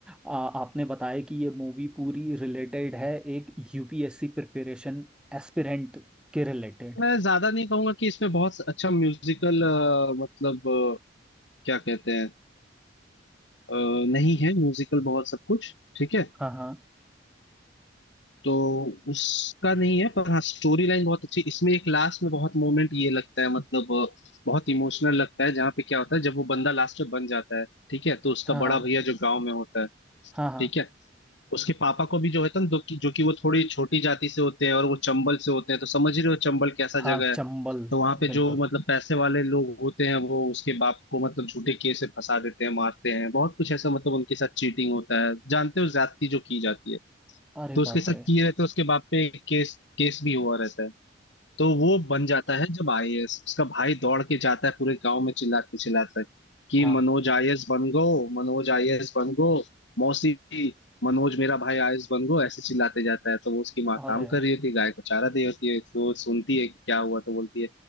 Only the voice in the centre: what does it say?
आ, आपने बताया कि ये मूवी पूरी रिलेटेड है एक यूपीएससी प्रिपरेशन एस्पिरेंट के रिलेटेड
हाँ हाँ
हाँ हाँ
हाँ हाँ
हाँ
चंबल
बिल्कुल
अरे
बाप
रे
हाँ
अरे